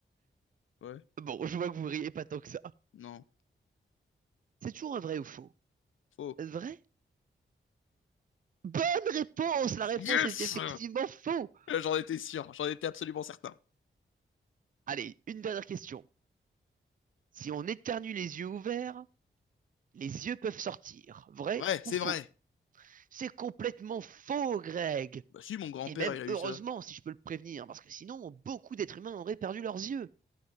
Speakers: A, on the left; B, on the right.
A: Ouais,
B: Bon, je vois que vous riez pas tant que ça.
A: non,
B: C'est toujours un vrai ou faux?
A: faux.
B: Vrai? Bonne réponse! La réponse
A: Yes!
B: est effectivement faux!
A: Là, J'en étais sûr, j'en étais absolument certain.
B: Allez, une dernière question. Si on éternue les yeux ouverts, les yeux peuvent sortir. Vrai
A: Vrai, c'est
B: ou faux?
A: vrai.
B: C'est complètement faux, Greg!
A: Bah si, mon grand-père,
B: Et même
A: il a eu
B: heureusement,
A: ça.
B: si je peux le prévenir, parce que sinon, beaucoup d'êtres humains auraient perdu leurs yeux.